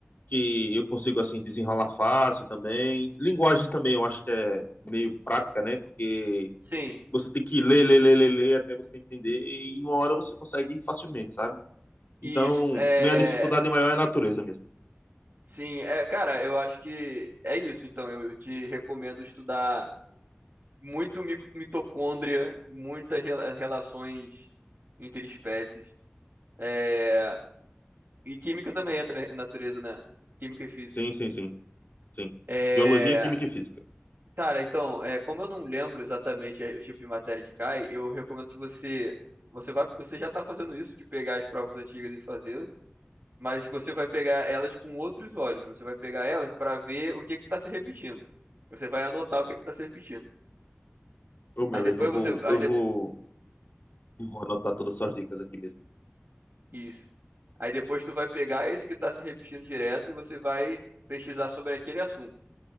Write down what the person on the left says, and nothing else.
que eu consigo assim desenrolar fácil também. Linguagem também, eu acho que é meio prática, né? Porque
você tem que ler, ler, ler, ler, ler até você entender e numa hora você consegue facilmente, sabe? Então,
minha dificuldade maior é natureza mesmo.
Sim, sim, sim, sim.
Biologia, química e física.
Ô, meu
amigo,
eu vou,
eu vou,
eu vou anotar todas as suas dicas aqui mesmo.